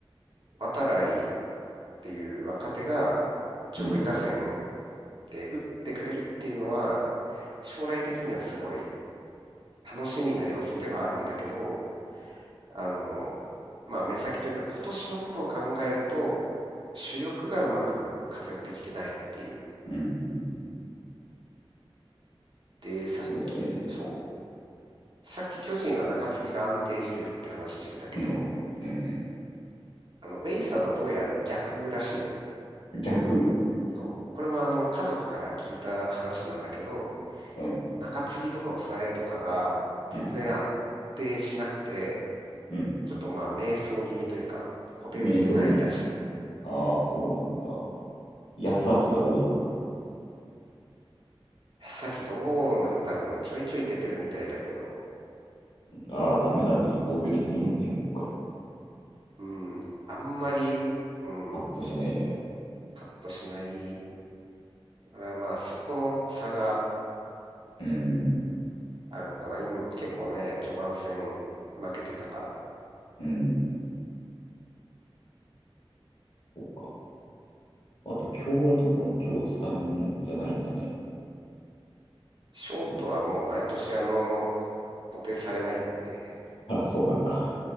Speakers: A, on the right; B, on the left.
A: 渡来っていう若手が上位打線
B: うん。
A: で打ってくれるっていうのは、将来的にはすごい楽しみな要素ではあるんだけど、あの、まあ、目先というか今年のことを考えると、主力がうまく活躍できてないっていう。
B: うん。うん
A: で、さっき、
B: そうだね。
A: そう、さっき巨人は中継ぎが安定してるって話してたけど、
B: うん。うん
A: あの、ベイスターズはどうやらね、逆らしいのよ。
B: うん。逆。
A: そう。これもあの、家族から聞いた話なんだけど、
B: うん。
A: 中継ぎとか抑えとかが全然安定しなくて、
B: うん。うん。
A: ちょっとまあ、迷走気味というか、固定できてないらしい。
B: 瞑想気味。
A: い
B: ああ、そうなんだ。安明はどうなの
A: やさっきどうなんだろうね。ちょいちょい出てるみたいだけど、
B: ああダメだね。防御率4.5回。
A: うん、あんまり、うん、
B: パッとしないね。
A: ハッとしない。だからまあ、そこの差が
B: うん、
A: あるのかな。今、結構ね、序盤戦負けてたから。
B: うん。そうか。あと、強打とかも今日スタメンじゃないんだね。
A: ショートはもう毎年あの、
B: そうだ。
A: 固定されないんで、
B: あ、そうなんだ。